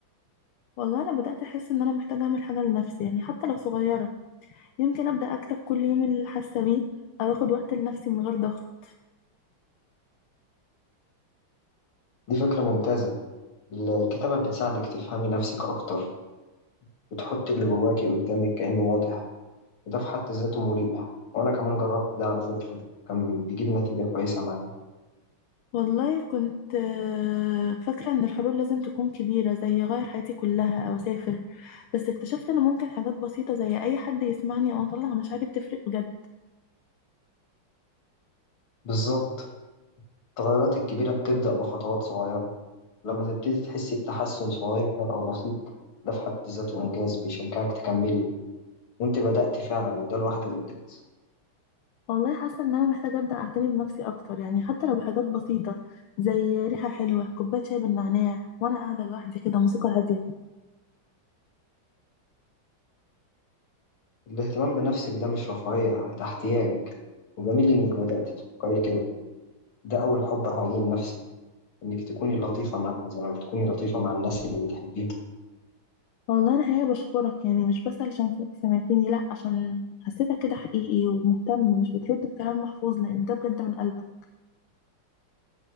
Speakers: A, on the left; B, on the left.
A: والله انا بدات احس ان انا محتاجه اعمل حاجه لنفسي يعني حتى لو صغيره يمكن ابدا اكتب كل يوم اللي حاسه بيه او اخد وقت لنفسي من غير ضغط
B: دي فكرة ممتازة ال- الكتابة بتساعدك تفهمي نفسك أكتر وتحطي اللي جواكي قدامك كأنه واضح وده في حد ذاته مريح وأنا كمان جربت ده على فكرة كان بيجيب نتيجة كويسة معايا
A: والله كنت آه، فاكره ان الحلول لازم تكون كبيره زي اغير حياتي كلها او اسافر بس اكتشفت ان ممكن حاجات بسيطه زي اي حد يسمعني او اطلع مشاعري بتفرق بجد
B: بالظبط التغيرات الكبيرة بتبدأ بخطوات صغيرة لما تبتدي تحسي بتحسن صغير أو بسيط ده في حد ذاته إنجاز بيشجعك تكملي وأنت بدأت فعلا وده لوحده إنجاز
A: والله حاسه ان انا محتاجه ابدا اعتني بنفسي اكتر يعني حتى لو بحاجات بسيطه زي ريحه حلوه كوبايه شاي بالنعناع وانا قاعده لوحدي كده موسيقى هاديه
B: الاهتمام بنفسك ده مش رفاهية ده احتياج وجميل إنك بدأت تفكري كده ده أول حب حقيقي لنفسك إنك تكوني لطيفة معها زي ما بتكوني لطيفة مع الناس اللي بتحبيهم
A: والله انا حقيقه بشكرك يعني مش بس علشان س- سمعتني لا عشان حسيتك كده حقيقي ومهتم مش بترد الكلام محفوظ لان ده بجد من قلبك